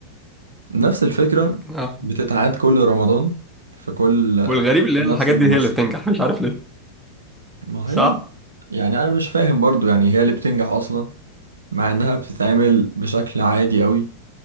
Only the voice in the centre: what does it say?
آه.
والغريب اللي
هي الحاجات
دي هي اللي بتنجح مش عارف ليه
صح